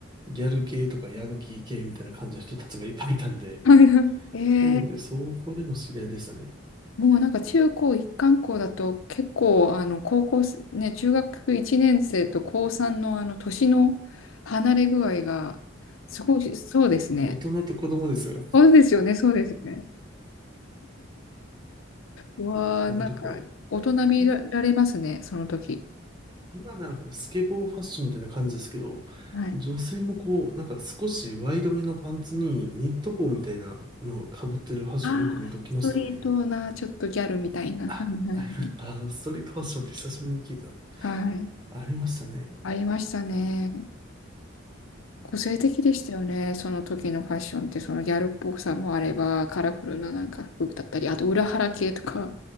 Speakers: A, on the right; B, on the left.
A: ギャル系とかヤンキー系みたいな感じの人たちがいっぱいいたんで、
B: <laughs> はいはい。え
A: なので、
B: ー
A: そこでの知り合いでしたね。
B: もうなんか中高一貫校だと結構あの高校生、ね、中学1年生と高3のあの年の離れ具合がすごい、そうですね。
A: お大人と子供ですよ。
B: そうですよね、そうですよね。うわあ、
A: なんかこう、
B: なんか大人びられますね、
A: 今
B: その時。
A: 今ならこうスケボーファッションみたいな感じですけど、
B: はい。
A: 女性もこう、なんか少しワイドめのパンツにニット帽みたいなのをかぶってるファッションよく見かけましたね。
B: ああ、ストリートな、ちょっとギャルみたいな。
A: あ、
B: はいはい
A: ありましたあの、ストリートファッションって久しぶりに聞いたの。
B: はい。はい。
A: ありましたね。
B: ありましたね。個性的でしたよね、その時のファッションって、そのギャルっぽさもあれば、カラフルななんか服だったり、あと裏腹系とか。